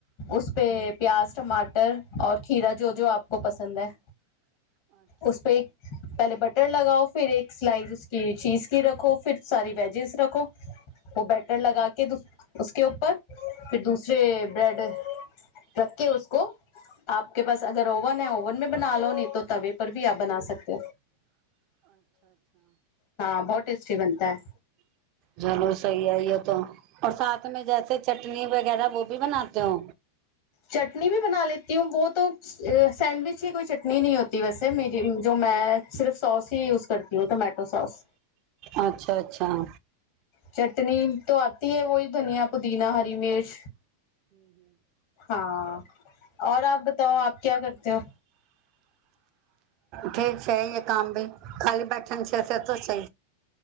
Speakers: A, on the left (about 45°); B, on the right (about 40°).
A: ઉસ્પે પ્યાજ ટમાટર ઔર ખીરા જો જો આપકો પસંદ હૈ. ઓપે એક પહેલે બટર લગાઓ ફિર એક સ્લાઇઝકી ચીઝ કી રખો ફિર સારી વેજેસ રખો. વ બેટર લગાકે ઉશકે ઉપર ફિર દૂસરે બ્રેડ રખકે ઉસકો આપ કે પાસ અગર ઓવન હૈ ઓવન મે બના લો નહી તો ત પર ભી આપ બના સકતે હા બહોત ટેસ્ટી બનતા હૈ.
B: ચલો સહી હૈ એ તો સાથ મે જૈસે ચટણી વગેરા વો ભી બનાતે હો.
A: ચટની ભી બના લેતી હું વો તો સેન્ડવિચ કે કોઈ ચટની નહી હોતી વૈસે મેરી જો મેં સિફ સોસ હી યુઝ કરતી હું ટમેટો સોસ.
B: અચ્છા અચ્છા.
A: ચટણી તો આતી હૈ વહી ધનિયા પુદીના હરી મિર્ચ. હા આપ બતાઓ આપ ક્યા કરતે હો.
B: ઠીક છે એ કામ ભી. ખાલી બેઠન છે તો છે